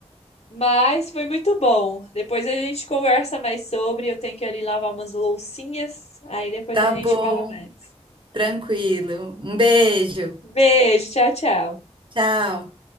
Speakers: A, on the left (about 65°); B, on the right (about 45°).
A: mas foi muito bom. Depois a gente conversa mais sobre. Eu tenho que ali lavar umas loucinhas. Aí depois
B: Tá
A: a gente
B: bom.
A: fala mais.
B: Tranquilo. Um beijo.
A: Beijo, tchau, tchau.
B: Tchau.